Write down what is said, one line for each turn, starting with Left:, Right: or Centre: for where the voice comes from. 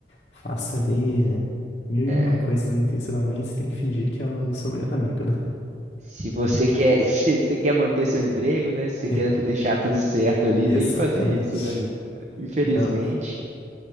Left: faça ali eh, mil
Right: É.
Left: e uma coisas intencionalmente, você tem que fingir que é o seu melhor amigo, né?
Right: Se você quer, <laughs> se você quer manter seu emprego, né? Se você
Left: <laughs>
Right: quer deixar tudo certo ali,
Left: Exatamente.
Right: tem que fazer isso, né? meu? Infelizmente,
Left: Não,